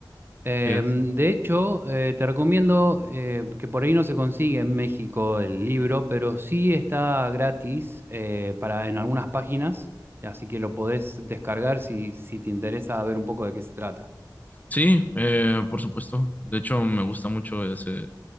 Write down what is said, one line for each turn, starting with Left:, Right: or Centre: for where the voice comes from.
Right: Em,
Left: Sí, es.
Right: de hecho, eh, te recomiendo eh, que por ahí no se consigue en México el libro, pero sí está gratis eh, para, en algunas páginas, así que lo podés descargar si, si te interesa ver un poco de qué se trata.
Left: Sí, eh, por supuesto. De hecho, me gusta mucho ese,